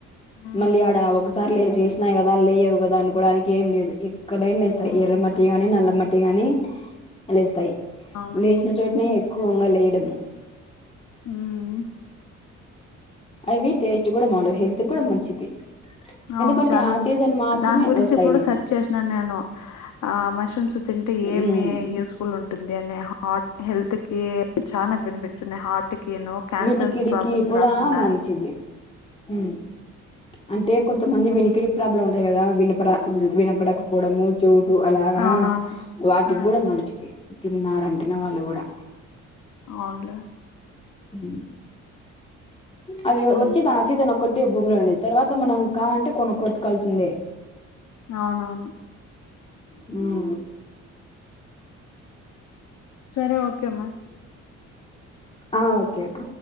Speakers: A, on the left; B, on the left.
A: ఉమ్,
B: మళ్ళీ యాడ సార్ లే చేసినయి కదా అని లేయవు కదా అనుకోవడానికి ఏం లేదు కడ ఇస్తా
A: ఉమ్, ఉమ్,
B: ఎర్ర మట్టిగానీ నల్ల మట్టి అ కాగాని అ
A: అవును
B: లేసిన చోడనీ కూవంగ లీయడము
A: హుమ్
B: అవివి టేస్ట్ కూడా హల్త్ కూడా మంచిది
A: అవును
B: ఎందుకంటే
A: చాలా
B: ఆ
A: మంచి
B: సీజన్ మాత్రమే
A: దాని గురించి
B: వస్తాయి
A: ఇప్పుడు
B: నీకు
A: సెర్చ్ చేసినను నేను ఆ మష్రూమ్స్ తింటే ఏమి
B: ఉమ్.
A: యూస్ఫుల్ ఉంటుంది అని హార్ట్ హెల్త్ కి చాలా బెనిఫిట్స్ ఉన్నాయి హార్ట్ కిను క్యాన్సర్స్
B: వినీకిడికి
A: ప్రాబ్లమ్స్
B: కూడా
A: రాకుండా
B: మంచిది హ అంటే కొంతమంది వినికిడి ప్రాబ్లం ఉంటాయి కదా వినపడ వినపడకపోవడము చూ అలాగా
A: అవునవును
B: వాటికి
A: ఆ
B: కూడా మంచిది తిన్నారంటేనే వాళ్ళు కూడా
A: అవునులే
B: హ అది
A: హ్మ్.
B: ఒచ్చదా సీజన్ ఒక భూమిలో ఉండది తర్వాత మనం కాాలంటే కొను కొతు కల్సిందే
A: అవునవును
B: హుమ్
A: సరే ఓకేమా
B: ఆ ఓకే అక్క